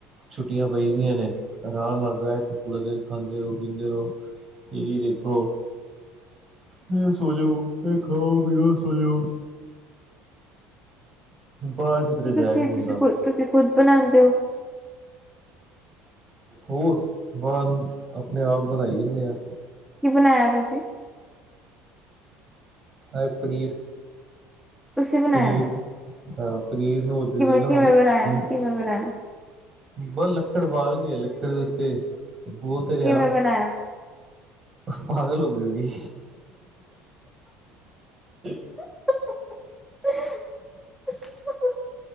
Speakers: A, on the right; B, in the centre.
A: ਛੁੱਟੀਆਂ ਪਈਦੀਆਂ ਨੇ ਆਰਾਮ ਨਾਲ ਰਹਿ ਕੇ ਕੁਲ ਖਾਂਦੇ ਰਹੋ ਪੀਂਦੇ ਰਹੋ ਟੀ ਵੀ ਦੇਖੋ ਫਿਰ ਸੋਜੋ ਇਹ ਖਾਓ ਪੀਓ ਸੋਜੋ। ਬਾਹਰ ਕਿਧਰੇ
B: ਕਿ ਤੁਸੀਂ
A: ਜਾਆ ਨੀਂ ਜਾਂਦਾ।
B: ਤੁਸੀਂ ਖੁਦ ਤੁਸੀਂ ਖੁਦ ਬਣਾਉਂਦੇ ਹੋ
A: ਹੋਰ ਬਣ ਆਪਣੇ ਆਪ ਬਣਾਈ ਜਾਂਣੇ ਆਂ।
B: ਕੀ ਬਣਾਇਆ ਤੁਸੀਂ?
A: ਏ ਪ ਪਨੀਰ।
B: ਤੁਸੀਂ ਬਣਾਇਆ
A: ਪਨੀਰ ਹਾਂ ਪਨੀਰ ਨੂੰ
B: ਕਿਵੇਂ
A: ਜਿਵੇਂ ਨਾਂ
B: ਕਿਵੇਂ
A: ਮ
B: ਬਣਾਇਆ ਕਿਵੇਂ ਬਣਾਇਆ
A: ਬਸ ਲੱਕੜ ਬਾਲ ਕੇ ਲੱਕੜ ਦੇ ਉੱਤੇ ਬੋਲ ਤਰਿਆ
B: ਕਿਵੇਂ ਬਣਾਇਆ
A: ਪਾਗਲ ਹੋ ਗੀ ਹੋ ਗੀ। <unintelligible> <unintelligible>
B: <unintelligible>